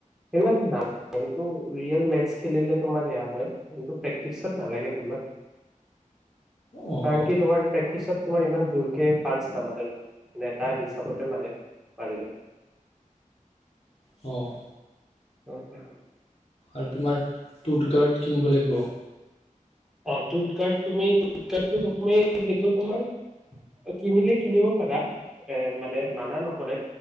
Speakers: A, in the centre; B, on the left.
A: সেইবিলাক ন সেইটো ৰিয়েল মেষ্টচ খেলিলে তোমাৰ সেয়া হয় কি প্ৰেক্টিচত নালাগে তোমাৰ।
B: অ',
A: কাৰণ কি তোমাৰ প্ৰেক্টিচত তোমাৰ ইমান জোৰকে। ফানস নামাৰে ন নেতাৰ হিচাপতে মাৰে মাৰিলে।
B: অ।
A: অ প
B: আৰু তোমাৰ টুথগাৰ্ড কিনিব লাগিব।
A: অতো। উঘাটটো তুমি উঘাটটো তুমি সেইটো তোমাৰ। অ কিনিলে। কিনিব পাৰা এ মানে মানা নক অ